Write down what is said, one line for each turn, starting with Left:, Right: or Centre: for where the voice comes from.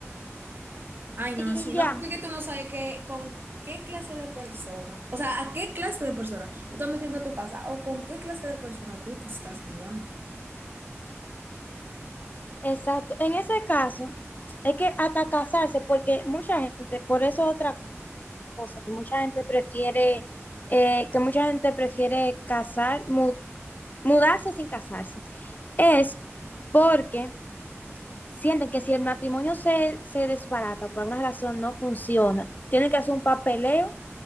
Right: Ay, no,
Left: y
Right: si
Left: ya,
Right: no, porque es que tú no sabes qué, con qué clase de persona, o sea, a qué clase de persona tú estás metiendo a tu casa o con qué clase de persona tú te estás mudando.
Left: exacto. En ese caso, es que hasta casarse, porque mucha gente, por eso otra cosa, que mucha gente prefiere, eh, que mucha gente prefiere casar, mu- mudarse sin casarse, es porque sienten que si el matrimonio se, se desbarata por alguna razón, no funciona, tienen que hacer un papeleo